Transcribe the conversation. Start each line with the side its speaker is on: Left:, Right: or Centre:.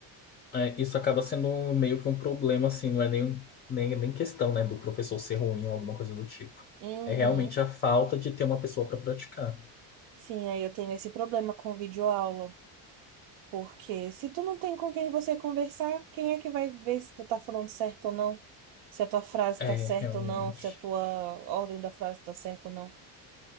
Left: é, isso acaba sendo meio que um problema, assim, não é nem, nem, nem questão, né, do professor ser ruim ou alguma coisa do tipo.
Right: Uhum.
Left: É realmente a falta de ter uma pessoa para praticar.
Right: Sim, aí eu tenho esse problema com videoaula. Porque se tu não tem com quem você conversar, quem é que vai ver se tu tá falando certo ou não? Se a tua frase
Left: É,
Right: tá certa
Left: realmente.
Right: ou não, se a tua ordem da frase tá certa ou não.